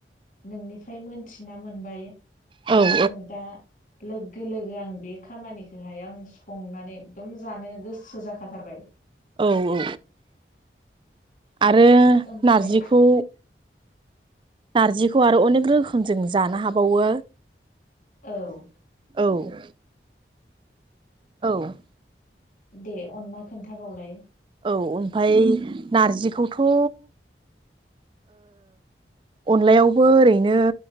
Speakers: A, on the left; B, on the right.
A: नोंनिफ्राय मोनथिना मोनबाय
B: औ
A: आरो आंङो दा लोगो लोगो आं बे खामानिखौहाय आं संनानै एकदम जानो गोसो जाखाथारबाय
B: औ औ आरो
A: ओमफ्राय
B: नारजिखौ नारजि खौ आरो अनेक रोखोम जों जानो हाबावो
A: औ
B: औ औ
A: दे अनना खोन्थाबावलाय
B: औ ओमफाय नारजिखौथ' ओ अनलायावबो ओरैनो